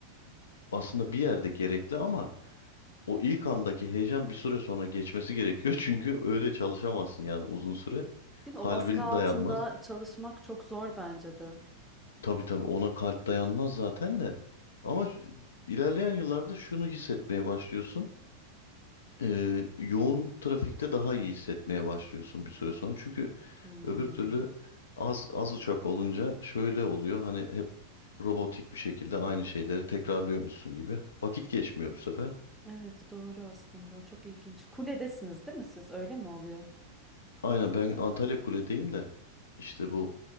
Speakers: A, on the left; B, in the centre.
A: aslında bir yerde gerekli ama o ilk andaki heyecan bir süre sonra geçmesi gerekiyor. <laughs> Çünkü öyle çalışamazsın yani uzun süre.
B: Değil mi?
A: Kalbin
B: O baskı altında
A: dayanmaz.
B: çalışmak çok zor bence de.
A: Tabii tabii ona kalp dayanmaz zaten de. Ama şu- ilerleyen yıllarda şunu hissetmeye başlıyorsun. e, yoğun trafikte daha iyi hissetmeye başlıyorsun bir süre sonra. Çünkü
B: Hmm.
A: öbür türlü az az uçak olunca şöyle oluyor. Hani hep robotik bir şekilde aynı şeyleri tekrarlıyormuşsun gibi. Vakit geçmiyor bu sefer.
B: Evet doğru aslında. Çok ilginç. Kuledesiniz değil mi siz? Öyle mi oluyor?
A: Aynen ben Antalya Kule'deyim de işte bu